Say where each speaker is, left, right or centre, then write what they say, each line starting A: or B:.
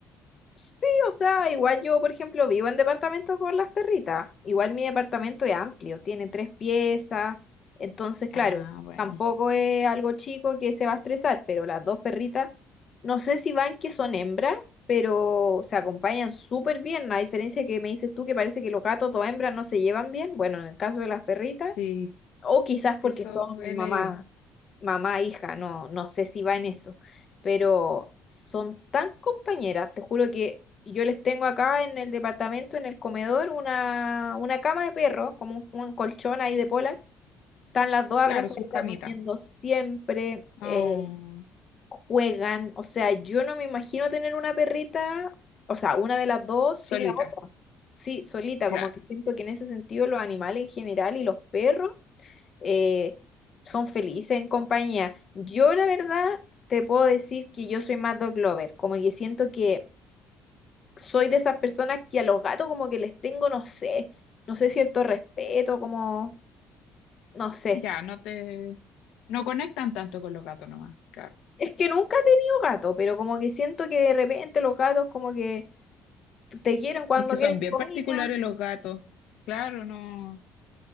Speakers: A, on the left (about 30°); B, on the left (about 80°).
A: Sí, o sea, igual yo, por ejemplo, vivo en departamento con las perritas. Igual mi departamento es amplio, tiene tres piezas. Entonces, claro,
B: Ah, bueno.
A: tampoco es algo chico que se va a estresar, pero las dos perritas, no sé si van que son hembras, pero se acompañan súper bien. A diferencia que me dices tú que parece que los gatos, dos hembras, no se llevan bien. Bueno, en el caso de las perritas.
B: Sí,
A: O quizás porque
B: Eso
A: son
B: he
A: mamá,
B: leído.
A: mamá, hija, no, no sé si va en eso. Pero son tan compañeras, te juro que yo les tengo acá en el departamento, en el comedor, una, una cama de perro, como un, un colchón ahí de pola. Están las dos abrazaditas
B: Claro, sus camitas.
A: durmiendo siempre,
B: Ah,
A: eh, juegan. O sea, yo no me imagino tener una perrita, o sea, una de las dos sin
B: solita,
A: la otra. Sí, solita,
B: claro.
A: como que siento que en ese sentido los animales en general y los perros eh, son felices en compañía. Yo la verdad te puedo decir que yo soy más dog lover, como que siento que soy de esas personas que a los gatos como que les tengo, no sé, no sé, cierto respeto, como, no sé.
B: Ya, no te... No conectan tanto con los gatos nomás, claro.
A: Es que nunca he tenido gato, pero como que siento que de repente los gatos como que te quieren cuando
B: Es que
A: quieren
B: son bien
A: comida.
B: particulares los gatos. Claro, no.